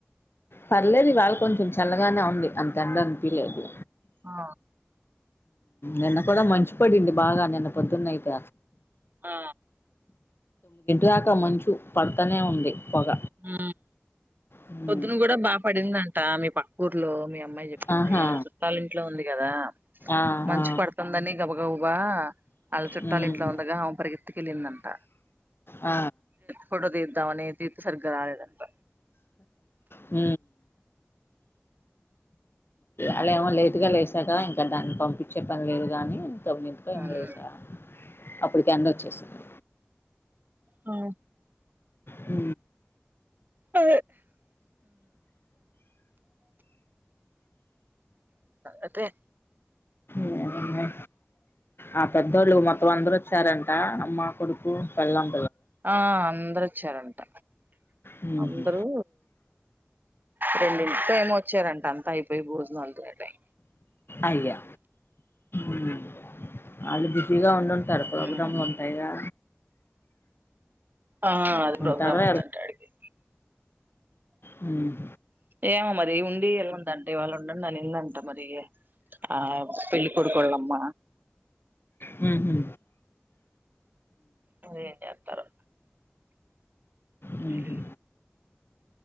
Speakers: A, on the left; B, on the right.
A: పర్లేదు ఇవాల కొంచెం చల్లగానే ఉంది అంత ఎండ అనిపిలేదు
B: ఆ
A: నిన్న కూడా మంచు పడింది బాగా నిన్న పొద్దున్న అయితే
B: ఆ
A: దాక మంచు పడతనే ఉంది పొగ.
B: ఉ
A: హ్మ్.
B: పొద్దున కూడా బాగ పడిందంట మీ పక్క ఊర్లో మీ అమ్మాయి చెప్ ప్పింది
A: ఆహా!
B: వాళ్ళ చుట్టాల ఇంట్లో ఉంది గదా
A: ఆ!
B: మంచి
A: ఆ!
B: పడుతుందని గబ బ వాళ్ళ చుట్టాలు
A: హ్మ్.
B: ఇంట్లో ఉందగా ఆమ పరిగెత్తికి వెళ్ళిందంట
A: ఆ
B: పడదద్దావనేది సర్గరాలదనప
A: హ అలా ఏమో లేదుగా లేసాక ఇంకా దాన్ని పంపించే పని లేదు గాని సబనిందుకో ఏమ
B: మ్
A: లేసా అప్పటికి అంద వచ్చేస్తున్నా
B: ఆ
A: అ
B: అ ఇకా
A: ఏమో. ఆ పెద్దోళ్ళ మంద వసారంట అమ్మ కొడుకు వెళ్ళం
B: ఆ అందరూ చ్చారంట
A: హుహు.
B: అందరూ రెండింటికి ఏమో వచ్చారంట అంతా అయిపోయి భోజనాలుతోటై
A: అయ్యో మ్మ్ వాళ్ళు బిజీగా ఉండిం టారు ప్రోగ్రామ్లు
B: మ్
A: ఉంటాయిగా
B: ఆ అది ప్రోగ్రామ్
A: ఉంటారో,
B: ఉందంట ఆడికి
A: హ్మ్
B: ఏమో మరి ఉండి ఎల్లొందంటే వాళ్ళు ఉండండి అని ఇంగంట మరి ఆవ్ పెళ్ళి కొడుకు వాళ్ళమ్మ
A: మ్మ్ హు
B: ఇంగేంజేత్తరో
A: హుహు.
B: అదే